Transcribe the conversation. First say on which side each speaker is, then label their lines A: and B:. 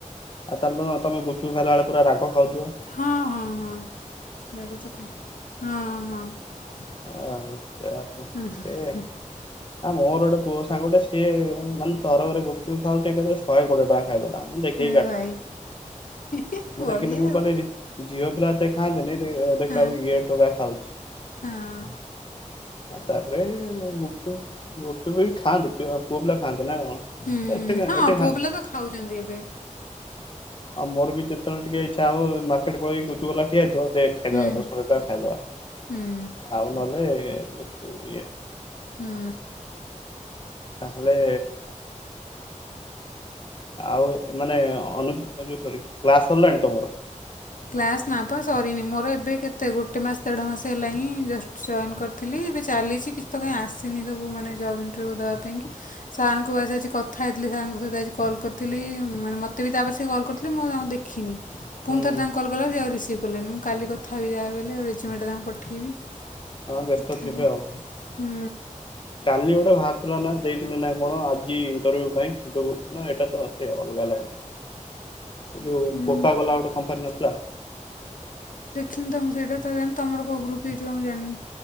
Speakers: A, on the left (about 40°); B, on the left (about 85°).
A: ଆଉ ତାଲେ ତମେ ଗୁପଚୁପ୍ ଖାଇଲା ବେଳେ ପୁରା ରାଗ ଖାଉଛ
B: ହଁ ହଁ ହଁ ହ ହୁ
A: ଆଁ ଆଉ
B: ହ
A: ସେ ଆ ମୋର ଗୋଟେ ପୁଅ ସାଙ୍ଗଟେ ସିଏ ମାନେ ତରକରେ ଗୁପଚୁପ ଖାଉଛି। ଶହେ କୋଡିଏ ଟଙ୍କା ଖାଇଦଲା ମୁଁ ଦେଖି ସେଇାଠ
B: ହଁ ଭାଇ ହି,
A: ମୁଁ
B: ବଢ଼ିଆ
A: ଦେଖିଲି ମୁଁ
B: ଆଉ
A: କିଲ ଝିଅ ପିଲା ଦେଖାନ୍ତିନି ଦେଖ
B: ହଁ
A: ଇଏ ଟଙ୍କା ଖାଉଛି।
B: ହଁ
A: ତାପରେ ଗୁପଚୁ ଗୁପଚୁ ବି ଖାଆନ୍ତି ପୁଅ ପିଲା ଖାଆନ୍ତି। ନା କ
B: ହୁଁ,
A: ଏତେ
B: ହଁ
A: ଏତେ
B: ପୁଅ
A: ଖା
B: ପିଲା ତ ଖାଉଛନ୍ତି ଏବେ
A: ଆଉ ମୋର ବି ଯେତେବେଳେ ଟିକେ ଇଛା ହବ ମାର୍କେଟ ପଳେଇକି ଗୁପଚୁପ ବାଲା ଠିଆ ହେଇଥିବ ଦେ ଖାଇଦବା
B: ହୁଁ
A: ଦଶ କୋଡିଏ ଟଙ୍କା ଖାଇଦବା
B: ହୁଁ
A: ଆଉ ନହେଲେ ଇଏ
B: ହୁଁ।
A: ତାହାଲେ ଆଉ ମାନେ ଅନି ଏ ଯୋଉ ସରୀ କ୍ଲାସ ସରିଲାଣି ତମର?
B: କ୍ଲାସ୍ ନା ପା ସରିନି ମୋର ଏବେ କେତେ ଗୋଟେ ମାସ ଦେଢ ମାସ ହେଲା ହିଁ ଜଷ୍ଟ ଜଏନ୍ କରିଥିଲି। ଏବେ ଚାଲିଛି କିଛି କାଇଁ ଆସିନି ସବୁ ମାନେ ଜବ୍ ଇଣ୍ଟଭିଉ ଦେବା ପାଇଁ କି ସାର୍ ଙ୍କୁ ଆସ କଥା ହେଇଥିଲି ସେ ସାରଙ୍କ ସହ ଆଜି କଲ୍ କରିଥିଲି ମାନେ ମତେ ବି ତାପରେ ସିଏ କଲ୍ କରିଥିଲେ ମୁଁ ତାଙ୍କୁ ଆଉ ଦେଖିନି। ପୁଣି
A: ହୁଁ
B: ଥରେ
A: ହୁଁ
B: ତାଙ୍କୁ କଲ୍ କଲାଅଳୁ ଆଉ ରିସିଭ୍ କଲେନି ମୁଁ କାଲିକଥା ହେବି ଯାହା ବି ହେଲେ ଆଉ ରେଜିମେଣ୍ଟ ତାଙ୍କୁ ପଠେଇବି
A: ହଁ ବ୍ୟସ୍ତ
B: କଥା
A: ଥିବେ
B: ହେବି
A: ଆଉ
B: ହୁଁ
A: କାଲି ଗୋଟେ ଭା ର ନା ଦେଇଥିଲ ନା କଣ ଆଜି ଇଣ୍ଟଭ୍ୟୁ ପାଇଁ ଯୋଉ ନା ଏଇଟା ତ ସେ ଅଲଗା ଲାଇନ୍ ଏ ଯୋଉ
B: ହୁଁ
A: କୋକକୋଲା ଗୋଟେ କମ୍ପାନୀ ନଥିଲା?
B: ହୁଁ ତ ମୁଁ ସେଟା ତ ଜାଣିନି ତମର କଉ ଗ୍ରୁପ ହେଇଥିବ ମୁଁ ଜାଣିନି।